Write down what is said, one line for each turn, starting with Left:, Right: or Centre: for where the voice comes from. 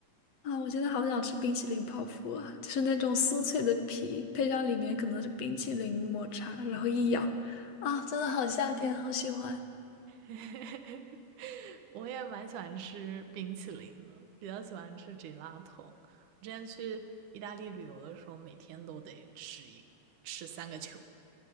Left: 啊，我现在好想吃冰淇淋泡芙啊，就是那种酥脆的皮，配上里面可能是冰淇淋抹茶，然后一咬，啊，真的好夏天，好喜欢。
Right: <laughs> 我也蛮喜欢吃冰淇淋的，比较喜欢吃 gelato。之前去意大利旅游的时候，每天都得吃一吃三个球。